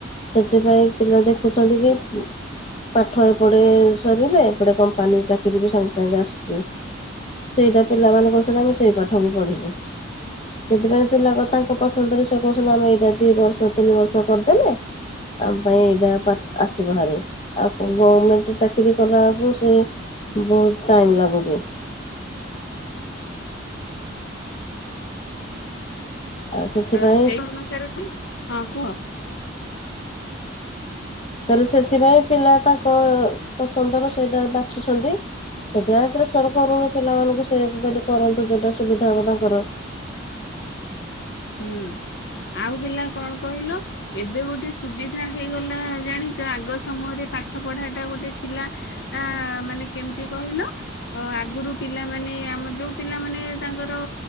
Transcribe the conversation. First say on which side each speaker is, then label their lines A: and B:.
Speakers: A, on the left; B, on the left.
A: ସେଥିପାଇଁ ପିଲା ଦେଖୁଛନ୍ତି କି ପାଠ ଏପଟେ ସରିଲେ ଏପଟେ କମ୍ପାନୀ ଚାକିରରି ବି ସାଙ୍ଗେ ସାଙ୍ଗେ ଆସୁଛି ସେଇଟା ପିଲାମାନଙ୍କ ସ ସେଇ ପାଠକୁ ପଢ଼ିବୁ ସେଥିପାଇଁ ପିଲା ତାଙ୍କ ପସନ୍ଦରେ ସେ କହୁଛନ୍ତି ଆମେ ଏଇଟା ଦୁଇ ବର୍ଷ ତିନି ବର୍ଷ କରିଦେଲେ ଆମ ପାଇଁ ଏଇଟା ଆସିବ ଭାରି ଆଉ ଗଭର୍ମେଣ୍ଟ ଚାକିରିୀ କଲାକୁ ସେ ବହୁତ ଟାଇମ୍ ଲାଗୁଛି। ଆଉ ସେଥିପାଇଁ
B: ତ ସେଇ ଅନୁସାରେ କ ହଁ କୁହ
A: ତାହଲେ ସେଥିପାଇଁ ପିଲା ତାଙ୍କ ପସନ୍ଦର ସେଇଟା ବାଛୁଛନ୍ତି ସେଥିପାଇଁ ପ୍ରେସର କରୁନି ପିଲାମାନାନଙ୍କୁ ସେ କରନ୍ତୁ ଯଉଟା ସୁବିଧା ହବ ତାଙ୍କର
B: ହୁଁ ଆଉ ହେଲା କଣ କହିଲ ଏବେ ଗୋଟେ ସୁବିଧା ହେଇଗଲା ଜାଣିଛ ଆଗ ସମୟରେ ପାଠ ପଢା ଟା ଗୋଟେ ଥିଲା ଆ ମାନେ କେମିତି କହିଲ ଆଗରୁ ପିଲାମାନେ ଆମ ଯୋଉ ପିଲାମାନେ ତାଙ୍କର